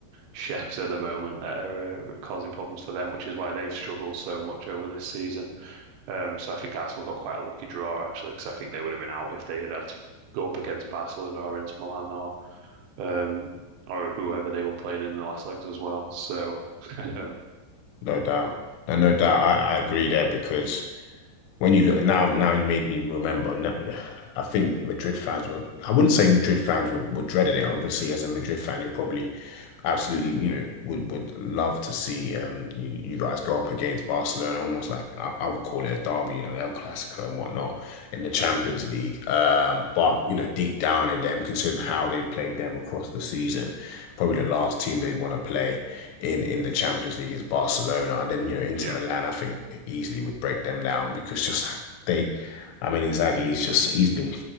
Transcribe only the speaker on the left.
no doubt no no doubt I I agree there because. when you look now, now you made me remember. No, I think Madrid fans were. I wouldn't say Madrid fans were, were dreading it. Obviously, as a Madrid fan, you're probably absolutely, you know, would would love to see um you, you guys go up against Barcelona, almost like I, I would call it a derby, you know, El Clasico and whatnot in the Champions League. Um, but you know, deep down in them, considering how they played them across the season, probably the last team they'd want to play in in the Champions League is Barcelona, and then you know, Inter
Milan, I think easily would break them down because just they, I mean, Inzaghi, he's just he's been.